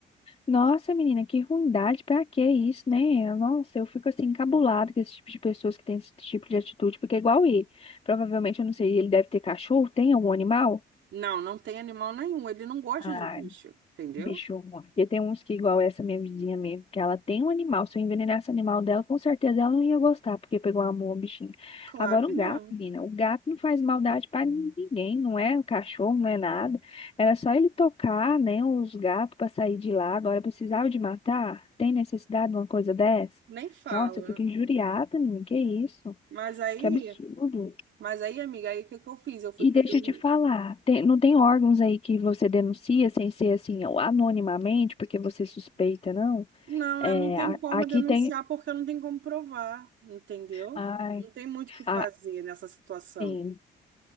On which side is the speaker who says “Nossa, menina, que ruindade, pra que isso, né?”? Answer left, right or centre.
Left